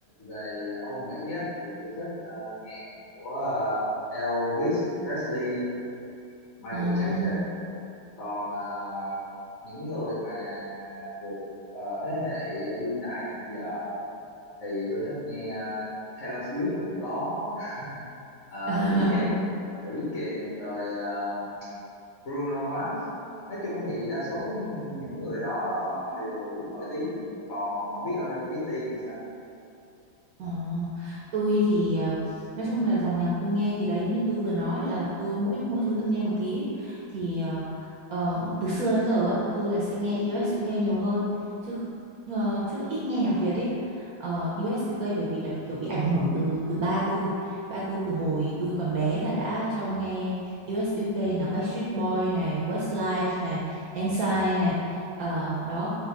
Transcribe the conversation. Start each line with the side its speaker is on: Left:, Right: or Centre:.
Left: về Âu Mỹ á, thì tôi thích ờ, nhạc của ờ, Elvis Presley, Michael
Right: Ồ.
Left: Jackson. Còn ờ, những người mà thuộc ờ, thế hệ đương đại hiện giờ thì tôi thích nghe ờ, Taylor Swift cũng có, ờ,
Right: <laughs>
Left: The Weeknd, The Weeknd rồi ờ, Bruno Mars. Nói chung thì đa số những người đó đều rất nổi tiếng. Còn không biết ở bên phía Tiên thì sao?
Right: Ờ, tôi thì ờ, nói chung là dòng nhạc tôi nghe thì đấy như tôi vừa nói là tôi mỗi mỗi thứ tôi nghe một tí thì ờ, ờ, từ xưa đến giờ á, tôi là sẽ nghe U.S. u UK nhiều hơn chứ ờ, chứ ít nghe nhạc Việt ấy Ờ, u uh, u UK bởi vì là kiểu bị ảnh hưởng từ từ ba tôi ba tôi từ hồi tôi còn bé là đã cho nghe U.S. US UK nào Backstreet Boy này Westlife này Ensign này ờ, đó